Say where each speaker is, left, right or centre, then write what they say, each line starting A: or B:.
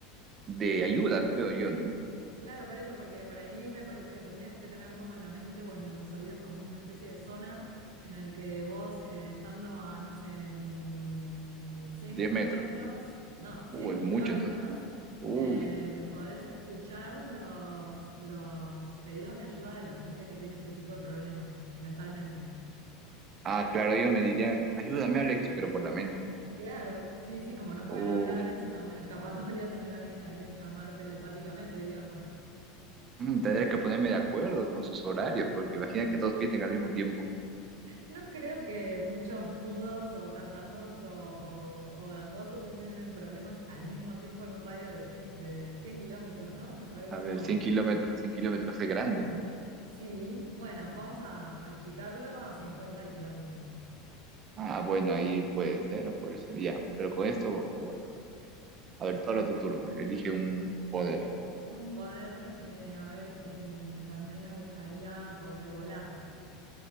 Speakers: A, on the right (about 35°); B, on the right (about 85°).
A: de ayuda, creo yo, ¿no?
B: Claro, por eso, porque por ahí me parece que tendrías que tener como en la mente, bueno, los oídos como una especie de sonar en el que vos eh, estando a, no sé, mm, 100
A: diez
B: kilómetros,
A: metros. bueno.
B: no,
A: Uh,
B: 100
A: es
B: kilómetros,
A: mucho, entonces. Uf,
B: eh, podés escuchar los, los pedidos de ayuda de la gente que tiene este tipo de problemas mentalmente.
A: ah, claro, ellos me dirían, ayúdame, Alex, pero por la mente.
B: Claro, sí, sí, como no pueden
A: Uf,
B: hablar, es una buena escapatoria tener a alguien a quien llamar telepáticamente, digamos, ¿no?
A: mm, tendré que ponerme de acuerdo con sus horarios, porque imagina que todos piensen al mismo tiempo.
B: No creo que muchos mudos o tartamudos o, o- o gangosos estén en problemas al mismo tiempo en un radio de 100 de 100 kilómetros, ¿no? Me parece
A: A ver,
B: como,
A: 100 kilómetros, 100 kilómetros es grande. ¿eh?
B: sí, bueno, vamos a achicarlo a cincuenta kilómetros.
A: Ah, bueno, ahí puede ser, puede ser, ya. Pero con esto, bueno, a ver, ahora tu turno. Elige un poder. a ver.
B: Un poder, eh, a ver, eh, me- también me gustaría poder volar.